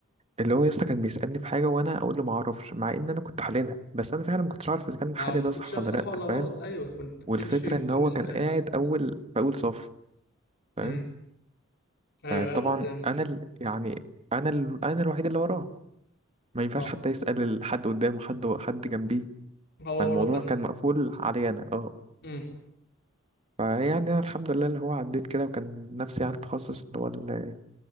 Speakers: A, on the right (about 30°); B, on the left (about 55°).
A: اللي هو يسطا كان بيسألني في حاجة وانا اقول له ما اعرفش مع ان انا كنت حللها بس انا فعلا ما كنتش عارف اذا كان حالي
B: ما هو ما
A: ده
B: كنتش
A: صح
B: عارف
A: ولا
B: صح
A: لا
B: ولا غلط
A: فاهم
B: ايوه كنت بتمشي
A: والفكرة
B: بنور
A: ان هو
B: الله
A: كان قاعد اول في اول صف فاهم
B: امم ايوه
A: فطبعا
B: قاعد قدامي
A: انا ال... يعني انا ال... انا الوحيد اللي وراه ما ينفعش
B: اه
A: حتى يسأل حد قدامه حد حد جنبيه
B: هو
A: فالموضوع
B: ورا بس
A: كان مقفول علي انا اه
B: امم
A: فيعني أنا الحمد لله اللي هو عديت كده وكان نفسي على التخصص اللي هو ال-